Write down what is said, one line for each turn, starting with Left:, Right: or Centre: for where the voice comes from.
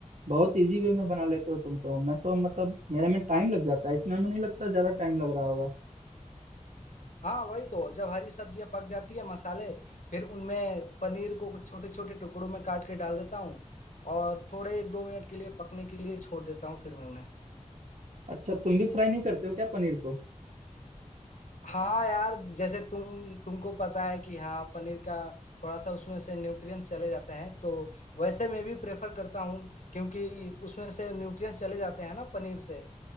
Right: बहुत इजी वे में बना लेते हो तुम तो मैं तो मतलब मेरे में टाइम लग जाता है इसमें हमें नहीं लगता ज्यादा टाइम लग रहा होगा
Left: हाँ वही तो जब हरी सब्जियां पक जाती है मसाले फिर उनमें पनीर को कुछ छोटे छोटे टुकड़ों में काट के डाल देता हूँ और थोड़े एक दो मिनट के लिए पकने के लिए छोड़ देता हूँ फिर मैं उन्हें
Right: अच्छा तुम भी फ्राई नहीं करते हो क्या पनीर को
Left: हाँ यार जैसे तुम तुमको पता है कि हाँ पनीर का थोड़ा सा उसमें से न्यूट्रिएंट्स चले जाते हैं तो वैसे मैं भी प्रेफर करता हूँ क्योंकि उसमें से न्यूट्रिएंट्स चले जाते हैं ना पनीर से